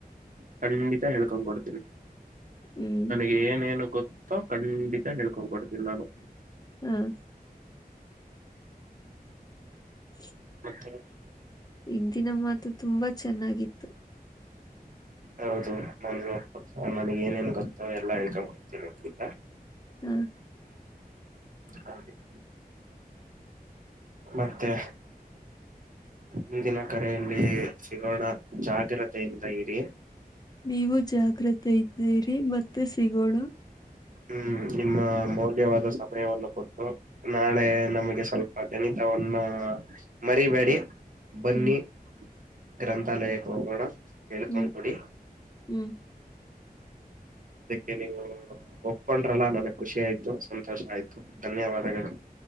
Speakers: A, on the right; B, on the left.
A: ಖಂಡಿತಾ ಹೇಳ್ಕೊಂಡ್ ಕೊಡ್ತೀನಿ.
B: ಹ್ಮ್
A: ನನಗೆ ಏನೇನು ಗೊತ್ತೋ ಖಂಡಿತ ಹೇಳ್ಕೊಡ್ತೀನಿ ನಾನು
B: ಹುಂ <inaudible>
A: <unintelligible>
B: ಇಂದಿನ ಮಾತು ತುಂಬಾ ಚೆನ್ನಾಗಿತ್ತು.
A: ಹೌದು ನನ್ ನನಗ್ ಏನೇನ್ ಗೊತ್ತೋ ಎಲ್ಲಾ ಹೇಳ್ಕೊಡತೀನಿ.
B: ಹುಂ
A: <inaudible> ಮತ್ತೆ ಮುಂದಿನ ಕರೆಯಲ್ಲಿ ಸಿಗೋಣ ಜಾಗ್ರತೆಯಿಂದ ಇರಿ
B: ನೀವು ಜಾಗ್ರತೆಯಿಂದ ಇರಿ ಮತ್ತೆ ಸಿಗೋಣ.
A: ಹುಂ ನಿಮ್ಮ ಮೌಲ್ಯವಾದ ಸಮಯವನ್ನು ಕೊಟ್ಟು ನಾಳೆ ನಮಗೆ ಸ್ವಲ್ಪ ಗಣಿತವನ್ನ ಮರಿಬೇಡಿ. ಬನ್ನಿ
B: ಹ್ಮ್
A: ಗ್ರಂಥಾಲಯಕ್ಕೆ ಹೋಗೋಣ. ಹೇಳ್ಕೊಂಡ್
B: ಹ್ಮ್
A: ಕೊಡಿ
B: ಹ್ಮ್
A: ಅದಕ್ಕೆ ನೀವು ಕೊಂಡ್ರಲ್ಲಾ ನನಗ್ ಖುಷಿ ಆಯ್ತು ಸಂತೋಷ ಆಯ್ತು ಧನ್ಯವಾದಗಳು.